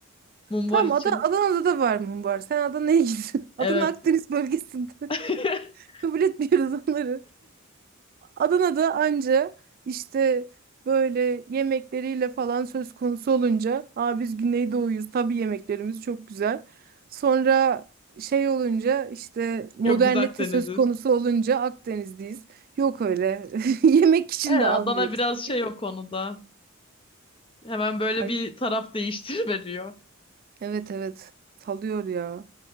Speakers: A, on the left; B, on the right.
A: mumbar
B: Tamam
A: için
B: Adana, Adana'da da var mı var? Sen Adana'ya git. <laughs> Adana
A: evet.
B: Akdeniz bölgesinde.
A: <laughs>
B: Kabul etmiyoruz onları. Adana'da anca işte böyle yemekleriyle falan söz konusu olunca Aa, biz Güneydoğuyuz tabii yemeklerimiz çok güzel. Sonra şey olunca işte modernite
A: Yok biz Akdeniz'iz.
B: söz konusu olunca Akdeniz'deyiz. Yok öyle <laughs> yemek için
A: Evet
B: de almıyoruz.
A: Adana biraz
B: Seni git
A: şey
B: git
A: o konuda. Hemen böyle
B: kay-
A: bir taraf <laughs> değiştir veriyor.
B: Evet evet salıyor ya.